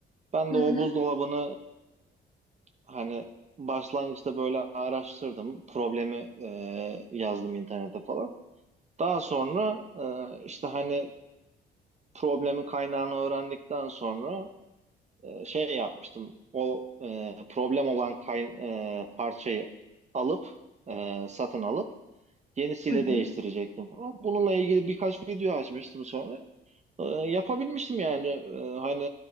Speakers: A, on the right; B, on the left.
A: Ben
B: Hı
A: de
B: hı.
A: o buzdolabını e, hani başlangıçta böyle araştırdım. Problemi e, yazdım internete falan. Daha sonra e, işte hani problemin kaynağını öğrendikten sonra e, şey yapmıştım. O e, problem olan kay- e, parçayı alıp e, satın alıp yenisiyle
B: Hı hı.
A: değiştirecektim falan. Bununla ilgili birkaç video açmıştım sonra. E, yapabilmiştim yani. E, hani